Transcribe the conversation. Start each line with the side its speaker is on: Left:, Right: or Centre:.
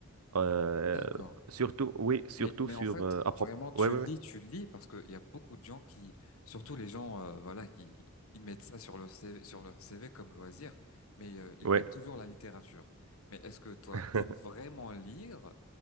Right: Euh,
Left: D'accord.
Right: surtout, oui, surtout
Left: Mais, mais
Right: sur...
Left: en fait,
Right: euh, à propos...
Left: vraiment, tu
Right: Oui, oui,
Left: le lis, tu le lis, parce qu'il y a beaucoup de gens qui, surtout les gens, euh, voilà, qui ils mettent ça sur leur CV, sur leur CV comme loisir, mais euh, ils
Right: oui.
Left: mettent toujours la littérature. Mais est-ce que toi,
Right: Oui.
Left: t'aimes
Right: <laughs>
Left: vraiment lire